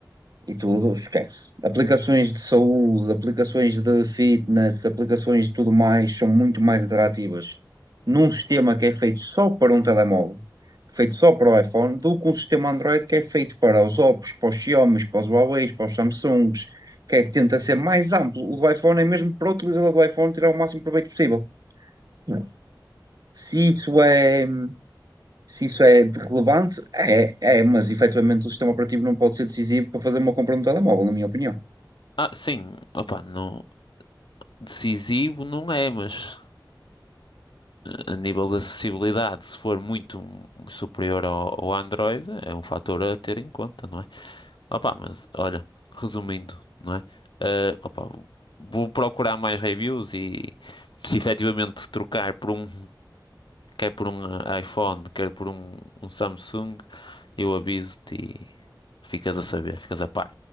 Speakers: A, on the right; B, on the left.
A: E tudo, esquece. Aplicações de saúde, aplicações de fitness, aplicações de tudo mais são muito mais atrativas num sistema que é feito só para um telemóvel, feito só para o iPhone, do que um sistema Android que é feito para os Oppos, para os Xiaomi, para os Huawei, para os Samsungs, que é, que tenta ser mais amplo. O do iPhone é mesmo para o utilizador do iPhone tirar o máximo proveito possível. Não. Se isso é, se isso é de relevante, é, é, mas efetivamente o sistema operativo não pode ser decisivo para fazer uma compra no telemóvel, na minha opinião.
B: Ah, sim, opa, não, decisivo não é, mas eh, a nível de acessibilidade, se for muito superior ao, ao Android, é um fator a ter em conta, não é? Opa, mas olha, resumindo, não é? Ah, opa, vou procurar mais reviews e se efetivamente trocar por um quer por um eh, iPhone, quer por um, um Samsung, eu aviso-te e ficas a saber, ficas a par.